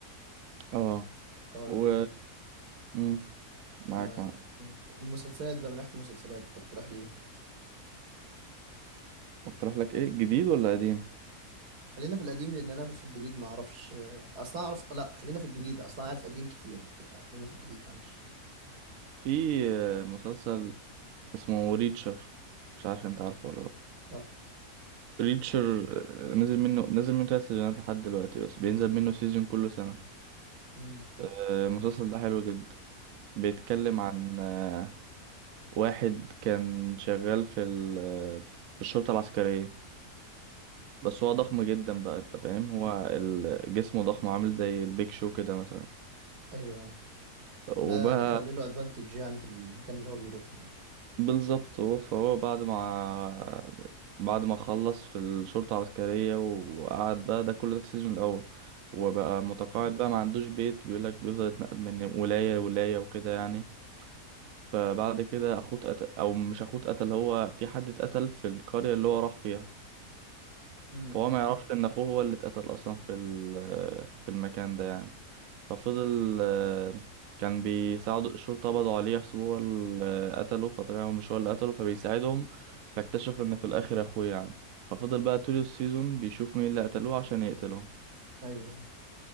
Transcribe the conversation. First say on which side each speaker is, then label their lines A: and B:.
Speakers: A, on the right; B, on the right.
A: اه
B: طيب
A: و مم، معاك
B: آه
A: معاك
B: المسلسلات بقى من ناحية المسلسلات تقترح لي إيه؟
A: اقترح لك ايه جديد ولا قديم
B: خلينا في القديم لان انا في الجديد ما اعرفش اصلا اعرف لا خلينا في الجديد اصلا اعرف قديم كتير خلينا في الجديد معلش
A: في مسلسل اسمه ريتشر مش عارف انت عارفه ولا لا
B: لا
A: ريتشر آه، نزل منه نزل منه تلات سيزونات لحد دلوقتي بس بينزل منه سيزون كل سنة
B: مم.
A: آه، المسلسل ده حلو جدا بيتكلم عن آه، واحد كان شغال في ال آه، في الشرطة العسكرية بس هو ضخم جدا بقى انت فاهم هو ال- جسمه ضخم عامل زي البيك شو كده مثلا
B: ايوه ايوه
A: وبقى
B: ده مخلي له ادفانتج يعني في المكان اللي هو بيروح
A: بالظبط هو فهو بعد ما بعد ما خلص في الشرطة العسكرية وقعد بقى ده كل ده في السيزون الأول وبقى متقاعد بقى ما عندوش بيت بيقولك بيفضل يتنقل من ولاية لولاية وكده يعني فبعد كده أخوه اتقتل أو مش أخوه اتقتل هو في حد اتقتل في القرية اللي هو راح فيها
B: امم
A: فهو ما يعرفش إن أخوه هو اللي اتقتل أصلا في ال- في المكان ده يعني ففضل آه، كان بيساعدوا الشرطة قبضوا عليه يحسبوه هو اللي قتله فطلع هو مش هو اللي قتله فبيساعدهم فاكتشف ان في الاخر اخوه يعني ففضل بقى طول السيزون بيشوف مين اللي قتلوه عشان يقتله
B: ايوه ايوه